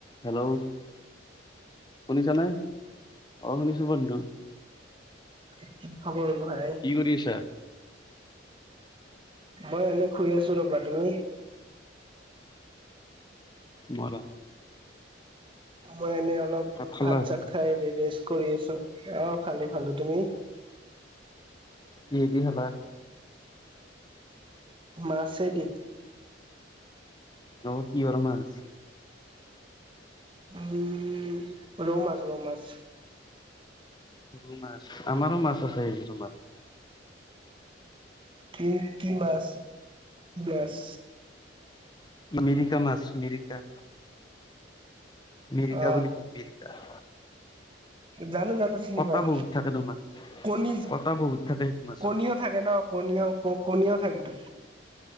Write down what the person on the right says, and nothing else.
<unintelligible> খবৰ ভাই।
মই এনেই শুই আছোঁ ৰবা। তুমি?
মই এনেই অলপ
ভাত-চাত খায় ৰেষ্ট কৰি আছোঁ। অহ, খালোঁ, খালোঁ। তুমি?
মাছেদি।
উম' ৰৌ মাছ, ৰৌ মাছ।
উম কি মাছ বেছ?
অ
জানো জানো চিনি
পাও,
কণীজ
কণীয়ত থাকে ন কণীও, ক কণীও থাকেতো।